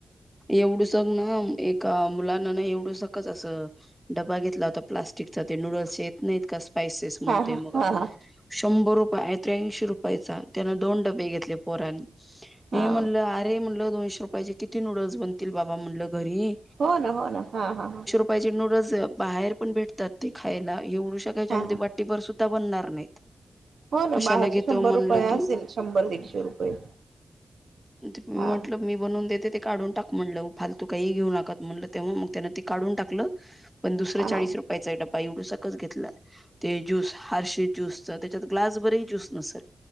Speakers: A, in the centre; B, on the right.
A: एवढु सग ना, एका मुलांना ना, एवढु सकच असं. डबा घेतला होता, प्लास्टिकचा ते नूडल्स येत नाहीत का, स्पायसेस म्हणून
B: हा
A: ते
B: हा
A: मुगा.
B: हा हा
A: शंभर रुपय, त्र्यांशी रुपयाचा त्यान दोन डबे घेतले पोरानी, मी
B: हा
A: म्हणल. म्हटलं दोनशे रुपयाचे किती नूडल्स बनतील बाबा म्हटलं घरी.
B: होना, होना, हा, हा, ह.
A: पाहिजे नूडल्स बाहेर पण भेटतात ते खायला, एवढू शका याच्यामध्ये
B: हा हा
A: वाटी भर सुद्धा बनणार नाहीत.
B: हो ना,
A: कशाला
B: बाहेरचे
A: घेतो
B: शंभर
A: म्हणलं
B: रुपये असेल,
A: तू
B: शंभर दीडशे रुपये.
A: मी
B: हा
A: म्हटलं, मी बनवून देते ते काढून टाक म्हणलं, फालतू काही घेऊ नकात म्हणलं तेव्हा मग त्यान ती काढून टाकलं. पण दुसर
B: हा
A: चाळीस रुपयाचा डब्बा एवडू सक घेतला, ते ज्यूस हर्षित ज्युसचा त्यात ग्लासभरही पण ज्युस नसेल,